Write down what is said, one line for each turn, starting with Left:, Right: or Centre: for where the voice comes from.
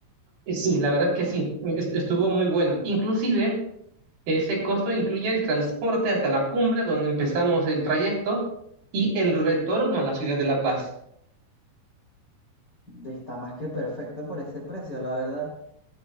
Right: Eh, Sí, la verdad que
Left: Ah,
Right: sí, es- estuvo muy bueno. Inclusive, ese costo incluye el transporte hasta la cumbre, donde empezamos el trayecto, y el retorno a la ciudad de La Paz.
Left: Está más que perfecto por ese precio, la verdad.